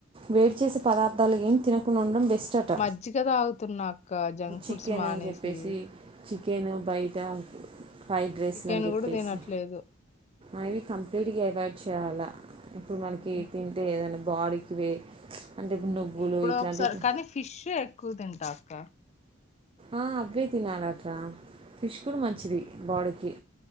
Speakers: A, on the right (about 25°); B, on the left (about 35°).
A: వెయిట్ చేసే పదార్థాలు ఏమి తినకుండా ఉండడం బెస్ట్ అట
B: మజ్జిగ తాగుతున్నా ఇక జంక్ ఫుడ్స్
A: చికెన్
B: మానేసి
A: అని చెప్పేసి చికెన్ ఉ బయట ఫైవ్ డ్రెస్లు
B: చికెన్
A: అని చెప్పేసి
B: కూడా తినట్లేదు
A: అవి కంప్లీట్గా అవాయిడ్ చాలా ఇప్పుడు
B: ఉమ్
A: మనకి తింటే ఏదనమ్ బాడీకి వే అంటే ఇప్పుడు నువ్వులు
B: ఎప్పుడో
A: ఇట్లాంటివి
B: ఒకసారి కానీ ఫిష్ ఎక్కువ తింటా క్క
A: ఆ అవ్వె తినాలి అక్క ఫిష్ కూడా మంచిది బాడీకి